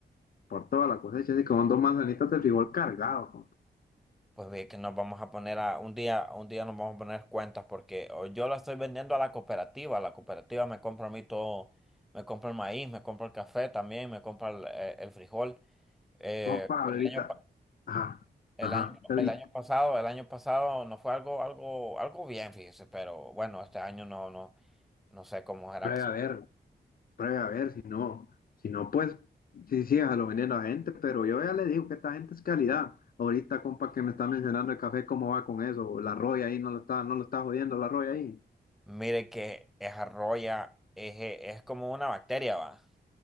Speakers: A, on the left; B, in the centre.
A: por toda la cosecha. Así que son dos manzanitas de frijol cargados, compa.
B: Pues ve que nos vamos a poner a un día, un día nos vamos a poner cuentas porque o yo la estoy vendiendo a la cooperativa, la cooperativa me compra a mí todo, me compra el maíz, me compra el café también, me compra el, eh, el frijol. Eh,
A: No, ahorita,
B: el año, pa-
A: ajá,
B: el
A: ajá,
B: año,
A: ahorita,
B: el año pasado, el año pasado no fue algo, algo, algo bien, fíjese, pero bueno, este año no, no, no sé cómo será.
A: pruebe
B: que-
A: a ver, pruebe a ver, si no, si no, pues, sí, sí, a lo viene a gente, pero yo ya le digo que esta gente es calidad. Ahorita, compa, que me está mencionando el café, ¿cómo va con eso? La roya ahí, no lo está, no lo está jodiendo la roya ahí.
B: Mire que es arroya, es, eh, es como una bacteria, va.